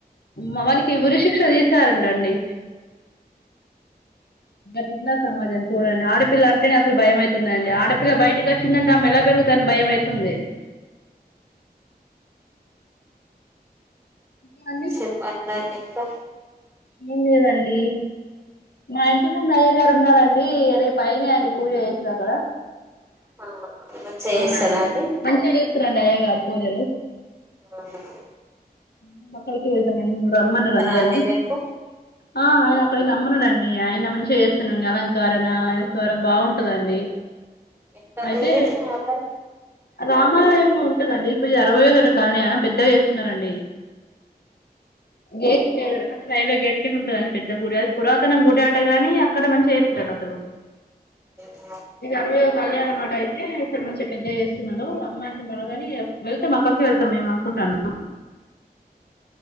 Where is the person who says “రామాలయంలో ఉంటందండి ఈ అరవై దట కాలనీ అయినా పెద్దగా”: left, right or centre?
Left